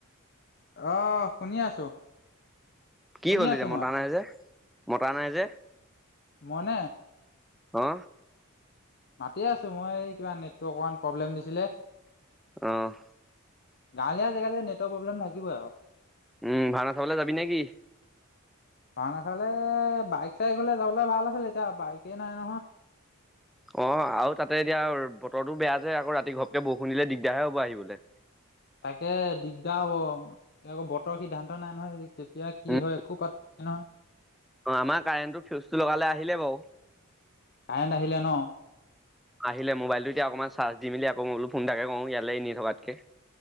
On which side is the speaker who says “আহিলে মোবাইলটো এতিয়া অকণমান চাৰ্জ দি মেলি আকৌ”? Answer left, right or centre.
Centre